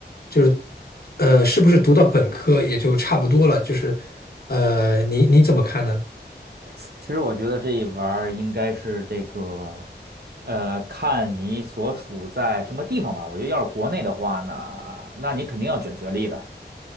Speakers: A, on the left (about 60°); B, on the right (about 65°).
A: 就是呃，是不是读到本科也就差不多了？就是呃，你你怎么看呢？
B: 其实我觉得这一玩儿应该是这个，呃，看你所处在什么地方吧。我觉得要是国内的话呢，那你肯定要卷学历的，